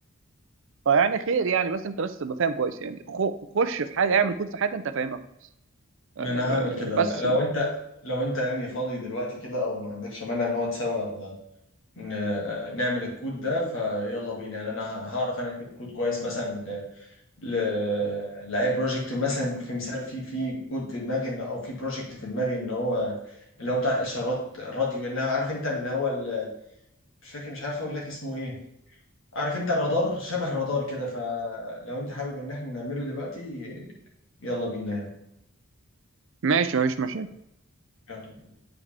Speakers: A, on the right; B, on the left.
A: فيعني خير يعني بس انت بس تبقى فاهم كويس يعني خو- خش في حاجة اعمل كود في حاجة انت فاهمها كويس
B: ما
A: آه،
B: انا هعمل كده
A: بس
B: لو
A: يعني.
B: انت لو انت يعني فاضي دلوقتي كده او ما عندكش مانع نقعد سوا ن- نعمل الكود ده فيلا بينا يعني انا ه- هعرف انا اكتب كود كويس مثلا ل... ل... لاي بروجكت مثلا في مثال في في كود في دماغي إن- او في بروجكت في دماغي ان هو اللي هو بتاع اشارات راديو اللي هو عارف انت اللي هو ال... مش فاكر مش عارف اقول لك اسمه ايه عارف انت الرادار شبه الرادار كده فلو انت حابب ان احنا نعمله دلوقتي يلا بينا يعني.
A: ماشي مفيش مشاكل
B: يلا